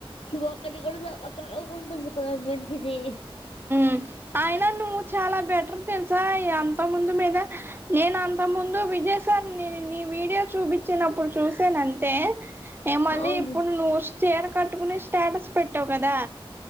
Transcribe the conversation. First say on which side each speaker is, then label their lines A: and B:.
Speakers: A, on the left; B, on the right.
A: ఈ ఒక్కటి కూడా చ చదువకుంటుంది కదా అమ్మాయ్ ది
B: మ్ అయిన నువ్వు చాలా బెటర్ తెల్సా ఎంతో ముందు మీద నేనా అంత ముందు విజయ్ సార్ నేను నీ వీడియో చూపిచ్చినప్పుడు చూసానంతే ఏ మళ్ళీ
A: అవును
B: ఇప్పుడు నువ్వు చీర కట్టుకుని స్టేటస్ పెట్టావు కదా.